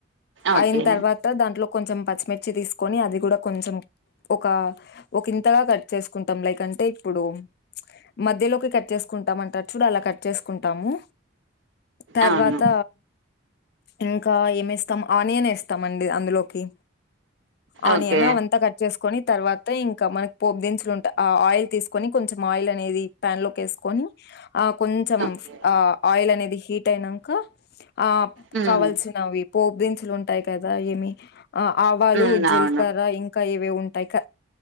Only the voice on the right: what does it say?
ఓకే
అవును
ఓకే
ఓకే
ఉమ్
ఉమ్
అవును